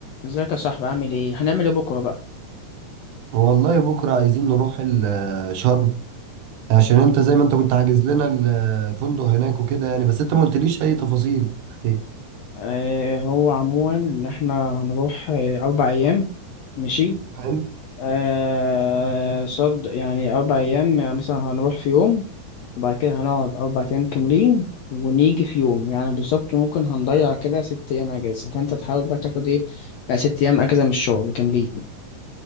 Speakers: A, on the left; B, on the right.
A: ازيك يا صاحبي عامل ايه هنعمل ايه بكره بقى
B: والله بكرة عايزين نروح ال- شرم عشان انت زي ما انت كنت حاجز لنا الفندق هناك وكده يعني بس انت ما قلتليش اي تفاصيل ايه
A: آه هو عموما ان احنا هنروح آه، اربع ايام ماشي
B: حلو
A: آه صد يعني اربع ايام يعني مثلا هنروح في يوم وبعد كده هنقعد اربع ايام كاملين ونيجي في يوم يعني بالظبط ممكن هنضيع كده ست ايام اجازه فانت تحاول بقى تاخد ايه يعني ست ايام اجازه من الشغل كاملين